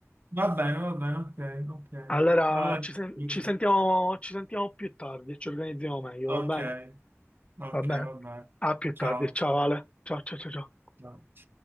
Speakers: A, on the right; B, on the left.
A: Va bene, va bene, ok, ok.
B: Allora
A: Allora,
B: ci, sen-
A: sì.
B: ci sentiamo, ci sentiamo più tardi e ci organizziamo meglio,
A: ok,
B: va bene?
A: ok,
B: Va bene.
A: va bene.
B: A più
A: Ciao.
B: tardi, ciao Ale. Ciao ciao ciao ciao.
A: Ciao.